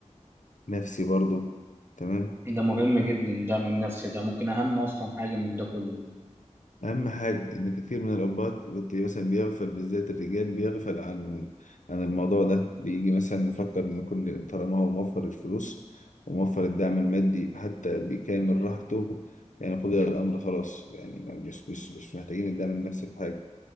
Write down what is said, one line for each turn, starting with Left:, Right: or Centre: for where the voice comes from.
Left: نفسي برضه تمام
Right: ده مهم جدا الدعم النفسي ده ممكن اهم اصلا حاجه من ده كله
Left: أهم حاجة إن كتير من الأبات بتلاقيه مثلا بيغفل بالذات الرجال بيغفل عن عن الموضوع ده بيجي مثلا مفكر إن كل طالما هو موفر الفلوس وموفر الدعم المادي حتى بكامل راحته يعني قضي الأمر خلاص يعني ما- مش مش مش محتاجين الدعم النفسي في حاجة